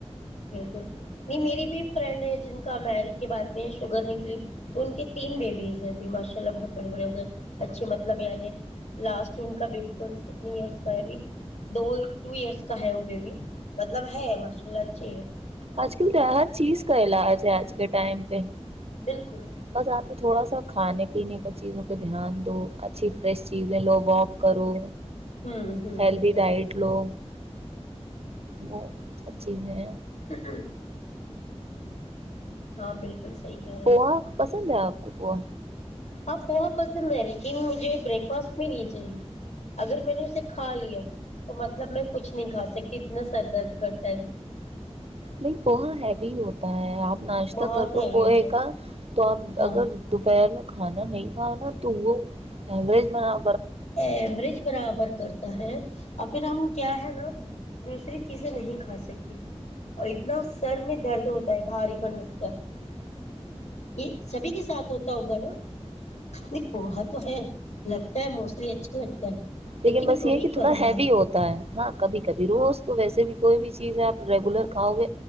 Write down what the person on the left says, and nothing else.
بالکل نہیں میری بھی فرینڈ ہے جن کا میرج کے بعد میں شوگر نکلی تو ان کے تین بیبیز ہیں اب بھی ماشاء اللہ بہت بڑے بڑے ہو گئے اچھے مطلب آنے لاسٹ ان کا بیبی کون کتنے ایئرس کا ہے ابھی دو ٹو ایئرس کا کا ہے وہ بیبی مطلب ہے ماشاء اللہ جی
بالکل
ہوں ہوں
ہوں
ہ <unintelligible> ہاں بالکل صحیح کہہ رہے
ہو
آپ وہاں پسند ہے لیکن مجھے بریک فاسٹ میں نہیں چاہیے اگر میں نے اسے کھا لیا تو مطلب میں کچھ نہیں کھا سکتی کتنا سر درد کرتا ہے میں
بہت
ہیوی
ہوتا
ہے
ہاں
ایوروریج برابر کرتا ہے اور پھر ہم کیا ہے نا دوسری چیزیں نہیں کھا سکتی اور اتنا سر میں درد ہوتا ہے بھاری ب نکتا یہ سبھی کے ساتھ ہوتا ہوگا ن نہیں پوا تو ہے لگتا ہے موس اس یہ اچھا لگتا ہے
کبھی
کبھار